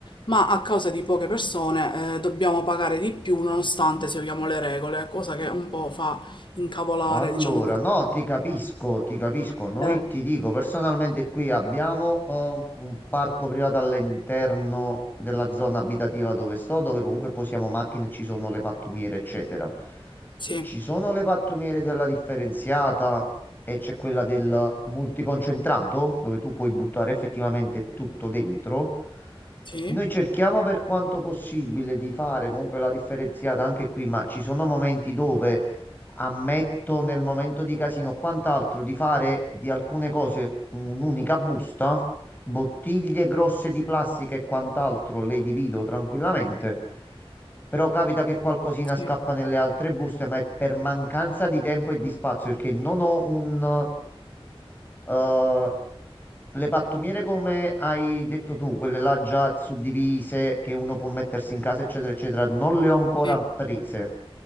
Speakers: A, on the left; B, on the left.
A: ma a causa di poche persone eh, dobbiamo pagare di più nonostante seguiamo le regole, cosa che un po' fa incavolare,
B: Allora,
A: diciamo così.
B: no, ti capisco, ti capisco. Noi
A: Eh,
B: ti dico, personalmente qui abbiamo eh, un parco privato all'interno della zona abitativa dove sto, dove comunque posiamo macchine, e ci sono le pattumiere, eccetera.
A: sì.
B: Ci sono le pattumiere della differenziata e c'è quella del multiconcentrato, dove tu puoi buttare effettivamente tutto dentro.
A: Sì,
B: Noi cerchiamo per quanto possibile di fare comunque la differenziata anche qui, ma ci sono momenti dove ammetto nel momento di casino, quant'altro, di fare di alcune cose un'unica busta, bottiglie grosse di plastica e quant'altro le divido tranquillamente. Però capita che qualcosina
A: sì,
B: scappa nelle altre buste, ma è per mancanza di tempo e di spazio, perché non ho un... eh, le pattumiere, come hai detto tu, quelle là già suddivise, che uno può mettersi in casa, eccetera, eccetera, non le ho ancora
A: sì.
B: prese.